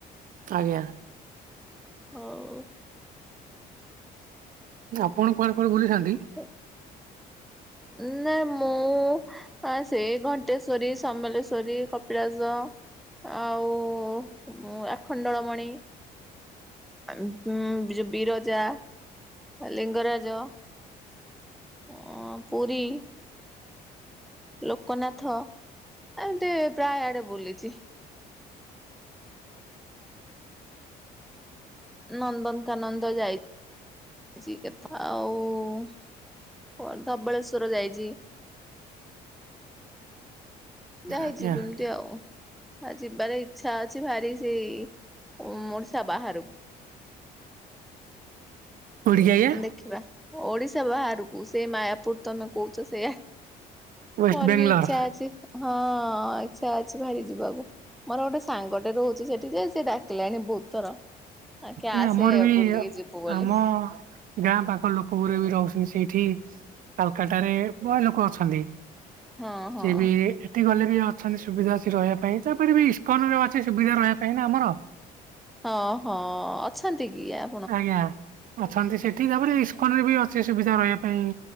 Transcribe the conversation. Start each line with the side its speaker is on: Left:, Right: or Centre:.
Right: ଆଜ୍ଞା।
Centre: ହୋଉ।
Right: ନା ଆପଣ କୁଆଡେ କୁଆଡେ ବୁଲିଛନ୍ତି?
Centre: ହୁଁ। ଉଁ ନା ମୁଁ ହାଁ ସେଇ ଘଣ୍ଟେଶ୍ଵରୀ, ସମଲେଶ୍ଵରୀ, କପିଳାସ। ଆଉ ଉଁ ଆଖଣ୍ଡଳମଣି ଉଁ ଯୋଉ ବିରଜା ଲିଙ୍ଗରାଜ ଅ ପୁରୀ ଲୋକନାଥ ଏମତି ପ୍ରାୟ ଆଡେ ବୁଲିଚି। ନନ୍ଦନକାନନ ତ ଯାଇ ଚି କେତେଥର ଆଉ ଆଉ କଣ ଧବଳେଶ୍ଵର ଯାଇଚି। ଯା ହେଇଚି
Right: ଆଜ୍ଞା
Centre: ଯିବିନି ଟି ଆଉ ବା ଯିବାରେ ଇଚ୍ଛା ଅଛି ଭାରି। ସେଇ ଉମ୍ ଓଡ଼ିଶା ବାହାରକୁ।
Right: କୋଉଠିକି ଆଜ୍ଞା
Centre: ଦେଖିବା ଓଡିଶା ବାହାରକୁ ସେଇ ମାୟାପୁର ତମେ କୋହୁଚ ସେୟା।
Right: ୱେଷ୍ଟ
Centre: ମୋର
Right: ବେଙ୍ଗଲୋର
Centre: ବି ଇଚ୍ଛା ଅଛି। ହଁ ଇଚ୍ଛା ଅଛି ଭାରି ଯିବାକୁ ମୋର ଗୋଟେ ସାଙ୍ଗଟେ ରହୁଚି ସେଠି ଯେ ସେ ଡା ଡାକିଲାଣି ବୋହୁତ ଥର ଆ ତୁ ଆସେ
Right: ନା ଆମର ବି
Centre: ବୁଲିକି ଯିବୁ ବୋଲି।
Right: ଆମ ଗାଁ ପାଖ ଲୋକ ଗୁର ବି ରହୁଛନ୍ତି ସେଇଠି କାଲକାଟାରେ ବ ଲୋକ ଅଛନ୍ତି।
Centre: ହଁ ହଁ।
Right: ସେବି ତି ଗଲେ ବି ଅଛନ୍ତି ସୁବିଧା ଅଛି ରହିବା ପାଇଁ ତାପରେ ବି ଇସକନରେ ଅଛି ସୁବିଧା ରହିବା ପାଇଁ ନା ଆମର।
Centre: ହଁ ହଁ ଅଛନ୍ତି କି ଆ
Right: ଆଜ୍ଞା ଅଛନ୍ତି ସେଠି ତାପରେ ଇସ୍କନରେ ବି ଅଛି ସୁବିଧା ରହିବା ପାଇଁ।